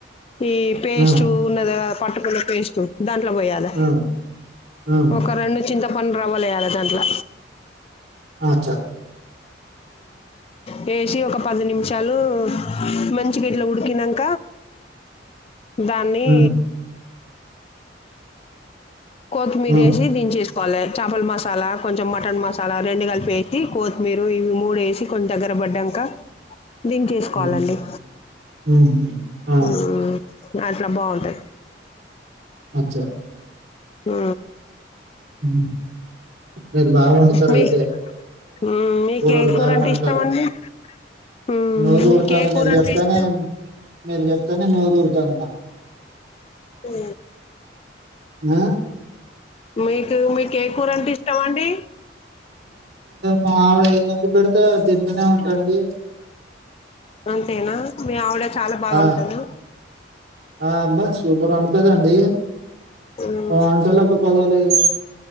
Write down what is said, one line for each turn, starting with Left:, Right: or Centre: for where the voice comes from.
Left: ఈ పేస్ట్
Right: ఆ!
Left: ఉన్నది గా పట్టుకున్న పేస్ట్ దాంట్లో పోయాలే
Right: ఆ! ఆ!
Left: ఒక రెండు చింతప్ కొన్ని రవ్వలు ఎయ్యాలి దాంట్ల
Right: అచ్చా
Left: వేసి ఒక పది నిమిషాలు మంచిగా త తినక దాన్ని
Right: హ్మ్.
Left: కొత్తిమీర
Right: ఆ!
Left: వేసి దేసుకోవాలి చేపల మసాలా కొంచెం మ మటన్ మసాలా రెండు కలిపి వేసి కొత్తిమీర ఇవి మూడు వేసి కొంచెం దగ్గర పడ్డాక దని చేసుకోవాలండి
Right: హ్మ్. హ్మ్. హ్మ్. ఆ
Left: మ్మ్ అట్లా బాగుంటాయి
Right: అచ్చా
Left: ఆ
Right: హ మీరు బాగు వండుతారు
Left: మీ
Right: అయితే
Left: మ్మ్ మీకే
Right: ఊరోళ్ళు
Left: కూర
Right: బాగా
Left: అంటే
Right: వండుతారు
Left: ఇష్టం అండి మ్మ్
Right: నోరు
Left: మీకే
Right: ఊరుతాను
Left: కూర
Right: మీరు చెప్తానే
Left: అంటే ఇష్టం
Right: మీరు చెప్తానే నోరుఊడతాను మాకు
Left: అఓ
Right: ఆ?
Left: మీకు మీ కే కూర అంటే ఇస్తామ అండి
Right: మావిడ ఏదండి పెడితే తింటూనే ఉంటండి
Left: అంతేనా మీ ఆవిడ చాలా బాగా
Right: ఆ,
Left: ఉంటందా
Right: ఆ అబ్బా సూపర్ వంటంటదండి
Left: మ్మ్
Right: వంటలకు కదవలేదు